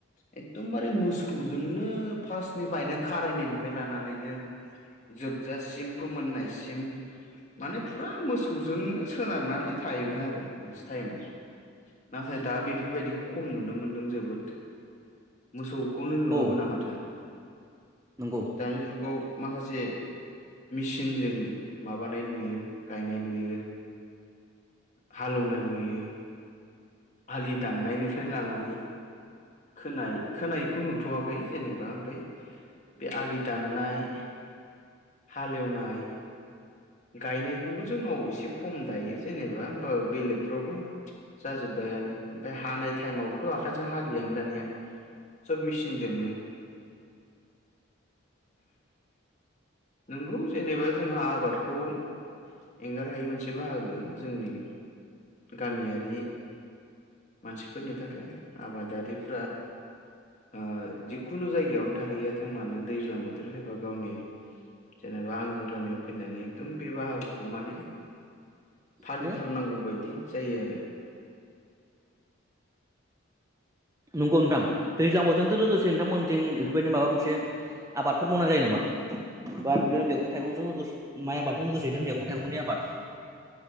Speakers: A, on the left (about 35°); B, on the right (about 15°).
A: एखदमबारे मोसौजोंनो फार्स्टनिफ्रायनो खारायनायनिफ्राय लानानैनो जोबजासिम फोमोननायसिम माने फुरा मोसौजोंनो सोनारनानै थायोमोन आरो मोनसे टाइमाव। नाथाय दा बेफोरबायदिखौ खम नुनो मोनदों जोबोद मोसौखौनो नुनो
B: औ
A: मोना माथो।
B: नंगौ।
A: दानि जुगाव माखासे मिसिनजों माबानाय नुयो गायनाय नुयो हालोवनाय नुयो आलि दाननायनिफ्राय लानानै खोनाय खोनायखौ नुथ'वाखै जेनेबा ओमफ्राय बे आलि दाननाय हालेवनाय गायनायखौबो जोंनाव एसे खम दायो जेनेबा होमबा बेलेगफ्रावथ' जाजोब्बायानो ओमफाय हानाय टाइमावबोथ' आखाइजों हालियानो दानिया सोब मिचिनजोंनो नोंगौ जेनेबा जोंहा आबादखौ एंगार हायि मोनसे बाहागो जोंनि गामियारि मानसिफोरनि थाखाय आबादारिफ्रा ओ जिखुनु जायगायावनो थाहैया थों मानो दैज्लां बोथोर फैबा गावनि जेनेबा आंगो गामियाव फैनानै एकदम बे बाहागोखौ माने
B: उम
A: फालिथारनांगौ बायदि जायो आरो
B: नंगौ नोंथां दैज्लां बोथोरजों लोगोसे नोंथांमोनथिं इफोरबायदि माबा मोनसे आबादफोर मावनाय जायो नामा? बा बिदिनो मैगं थाइगंजों लोगोसे माइ आबादजों लोगोसे बिदिनो मैगं थाइगंनि आबाद